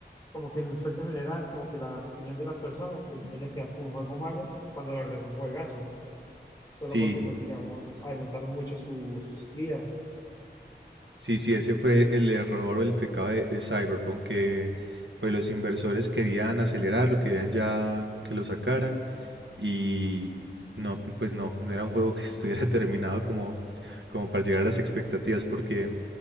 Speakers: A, on the left; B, on the right.
A: como que en el aspecto general, como que las opiniones de las personas, pues ya debería quedar como un juego malo, cuando la verdad es un juegazo, solo
B: Sí,
A: porque, pues digamos, adelantaron mucho su, su salida,
B: Sí, sí, ese fue el error o el pecado de, de Cyberpunk, que pues los inversores querían acelerarlo, querían ya que lo sacaran y no, pues no, no era un juego que <laughs> estuviera terminado como, como para llegar a las expectativas, porque,